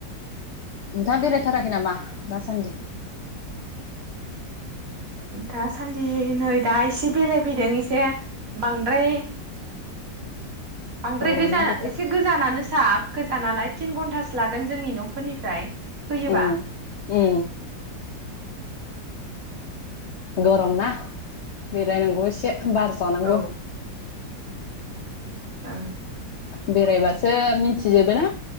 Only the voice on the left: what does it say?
नोंथाङा बेरायथाराखै नामा दासान्दि
गरम
ना बोथोरा
उम ओ गरम ना बेरायनांगौ एसे बार जानांगौ
बेरायबासो मिथिजोबो ना